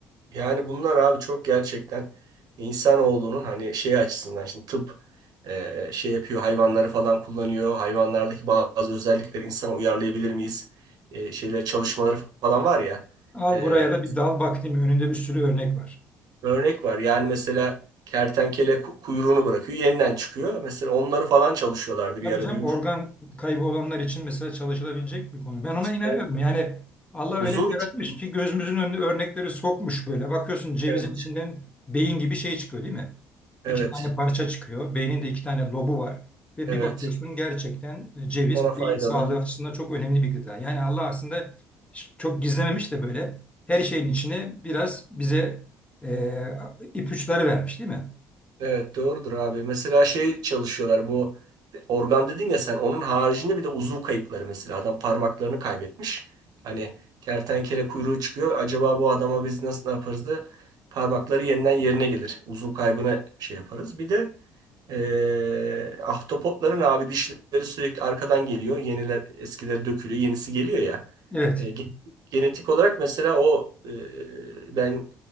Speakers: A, on the right (about 60°); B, on the left (about 15°).
A: Yani bunlar abi çok gerçekten insanoğlunun hani şey açısından şimdi tıp e, şey yapıyor hayvanları falan kullanıyor. Hayvanlardaki bazı özellikleri insana uyarlayabilir miyiz? E, şeyler çalışmaları falan var ya.
B: Al
A: E,
B: buraya da bir dal bak değil mi? Önünde bir sürü örnek var.
A: örnek var yani mesela kertenkele ku- kuyruğunu bırakıyor yeniden çıkıyor. Mesela onları falan çalışıyorlardı bir
B: Tabii
A: ara
B: canım
A: duymuş.
B: organ kaybı olanlar için mesela çalışılabilecek bir konu. Ben ona inanıyorum.
A: Evet.
B: Yani Allah
A: Uzuv
B: öyle bir
A: için.
B: yaratmış ki gözümüzün önüne örnekleri sokmuş böyle. Bakıyorsun cevizin
A: Evet,
B: içinden beyin gibi şey çıkıyor değil mi?
A: evet,
B: İki tane parça çıkıyor. Beynin de iki tane lobu var. Ve
A: evet.
B: bir bakıyorsun gerçekten e, ceviz
A: Ona faydalı.
B: beyin sağlığı açısından çok önemli bir gıda. Yani Allah aslında çok gizlememiş de böyle her şeyin içine biraz bize e, ipuçları vermiş değil mi?
A: Evet doğrudur abi. Mesela şey çalışıyorlar bu organ dedin ya sen onun haricinde bir de uzuv kayıpları mesela adam parmaklarını kaybetmiş. Hani kertenkele kuyruğu çıkıyor. Acaba bu adama biz nasıl ne yaparız da parmakları yeniden yerine gelir. Uzuv kaybına şey yaparız. Bir de eee ahtapotların abi dişleri sürekli arkadan geliyor. Yeniler eskileri dökülüyor. Yenisi geliyor ya.
B: Evet.
A: E, gen- genetik olarak mesela o e, ben